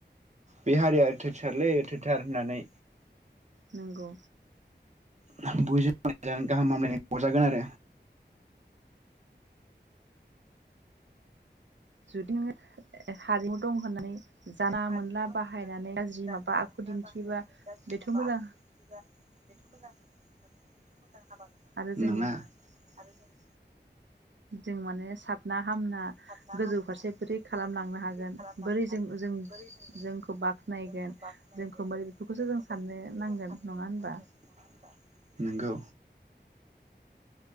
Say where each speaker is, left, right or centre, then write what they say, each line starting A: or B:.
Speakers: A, on the right (about 40°); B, on the right (about 85°).
A: बे हारिया थेथारलै थोथार होननानै
B: नोंंगौ
A: बयजोंबो बुजि गाहाम हामलायनाय हरजागोन आरो
B: जुदि नो हारिमु दं होननानै जानला
A: हारिमु
B: मोनला
A: दं
B: बाहायनानै
A: होननानै
B: गाज्रि
A: जानला
B: माबा आखु
A: मोनला
B: दिन्थियोबा
A: बाहायनानै गाज्रि
B: बेथ'
A: माबा
B: मोजां
A: आखु दिन्थिबा बेथ' मोजां बेथ' मोजां हाबा नङा
B: आरो जों
A: नङा आरो जों
B: जों माने साबना हामना
A: सारना
B: गोजौ
A: हामना
B: फारसे बोरै खालामलांनो
A: गोजौ फारसे
B: हागोन
A: बोरै खालामलांनो
B: बोरै
A: हागोन
B: जों जों
A: बोरै ज जों
B: जोंखौ बाख्नायगोन
A: जोंखौ बाखनायगोन
B: जोंखौ बोरै बेफोरखौसो
A: जोंखौ
B: जों साननो
A: बोरै बेफोरखौसो
B: नांगोन
A: जों साननो
B: नङा होनबा
A: नांगोन नङा होनबा नंगौ